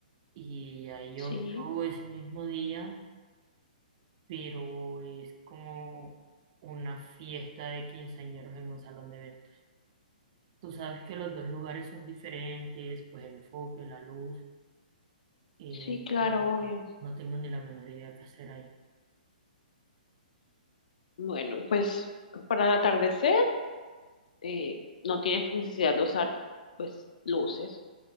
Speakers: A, on the right; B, on the left.
A: y hay
B: Sí,
A: otro ese mismo día pero es como una fiesta de quinceañeros en un salón de eventos. Tú sabes que los dos lugares son diferentes, pues el enfoque, la luz, eh,
B: sí,
A: entonces
B: claro, obvio.
A: no tengo ni la menor idea qué hacer ahí.
B: Bueno, pues para el atardecer eh, no tienes necesidad de usar pues luces.